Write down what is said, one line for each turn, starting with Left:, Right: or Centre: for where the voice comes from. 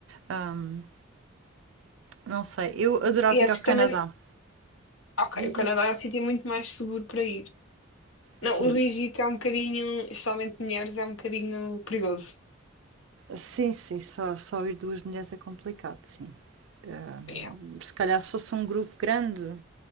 Right: Ahm, não sei, eu adorava
Left: E acho
Right: ir ao
Left: que
Right: Canadá.
Left: também. Ok,
Right: Diz,
Left: o Canadá
Right: diz.
Left: é um sítio muito mais seguro para ir. Não,
Right: Sim,
Left: o Egito é um bocadinho, especialmente mulheres, é um bocadinho perigoso.
Right: sim, sim, só, só ir duas mulheres é complicado, sim. Ahm,
Left: Yeah.
Right: se calhar se fosse um grupo grande,